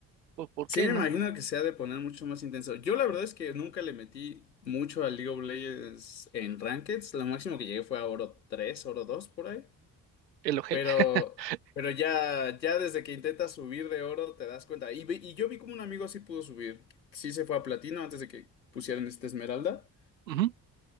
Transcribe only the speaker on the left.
Sí,
me
imagino que se ha de poner mucho más intenso. Yo la verdad es que nunca le metí mucho al League of Legends en Rankeds. Lo máximo que llegué fue a oro 3, oro 2 por ahí.
Pero,
pero ya, ya desde que intentas subir de oro te das cuenta. Y, vi- y yo vi como un amigo sí pudo subir. Sí se fue a platino antes de que pusieran esta esmeralda.